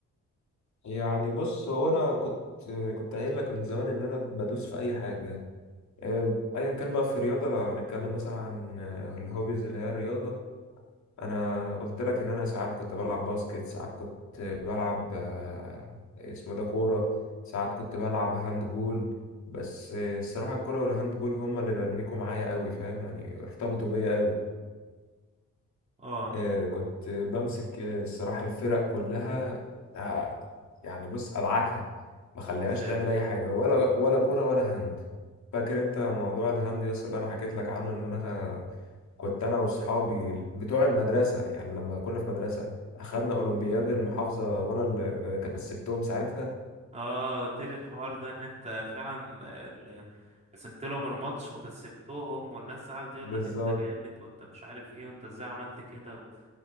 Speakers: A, on the left (about 70°); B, on the right (about 25°).
A: يعني بص هو انا كنت كنت قايل لك من زمان ان انا بدوس في اي حاجه آه، ايا كان بقى في الرياضه لو هنتكلم مثلا عن آه، الهوبيز اللي هي الرياضه انا قلت لك ان انا ساعات كنت بلعب باسكت ساعات كنت بلعب آه، اسمه ده كوره ساعات كنت بلعب هاند بول بس آه، الصراحه الكوره والهاند بول هما اللي ننكوا معايا قوي فاهم يعني ارتبطوا بيا قوي
B: اه
A: آه، كنت بمسك آه، الصراحة الفرق كلها آه، يعني بص أدعكها ما خليهاش
B: تساتر
A: تعمل أي حاجة ولا ولا كورة ولا هاند فاكر أنت موضوع الهاند يس اللي أنا حكيت لك عنه إن أنا كنت أنا وأصحابي بتوع المدرسة يعني لما كنا في مدرسة أخدنا أولمبياد المحافظة وأنا اللي كسبتهم ساعتها
B: اه قلت لي الحوار ده ان انت فعلا ال- مسكت لهم الماتش وكسبتهم والناس قعدت يقول
A: بالظبط
B: لك انت جامد وانت مش عارف ايه وانت ازاي عملت كده